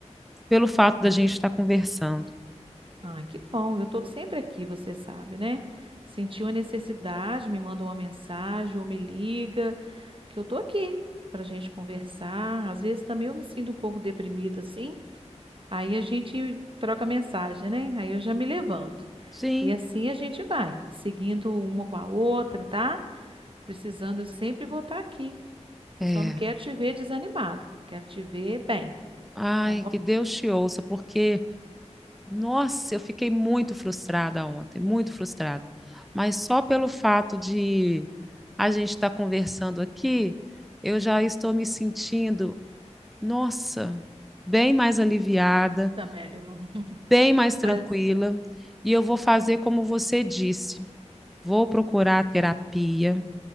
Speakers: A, in the centre; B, on the right (about 45°).
A: pelo fato da
B: Ah,
A: gente estar conversando.
B: ah, que bom. Eu tô sempre aqui, você sabe, né? Sentiu a necessidade, me manda uma mensagem ou me liga, que eu tô aqui pra gente conversar. Às vezes também eu me sinto um pouco deprimida assim. Aí a gente troca mensagem, né? Aí eu já me levanto.
A: Sim,
B: E assim a gente vai, seguindo uma com a outra, tá? Precisando, eu sempre vou estar aqui.
A: é.
B: Eu só não quero te ver desanimada. Quero te ver bem,
A: Ai,
B: tá bom?
A: que Deus te ouça, porque Nossa, eu fiquei muito frustrada ontem, muito frustrada. Mas só pelo fato de a gente estar conversando aqui, eu já estou me sentindo, nossa, bem mais aliviada,
B: Tá melhor.
A: bem mais tranquila.
B: Mas
A: E eu vou fazer como você disse, vou procurar terapia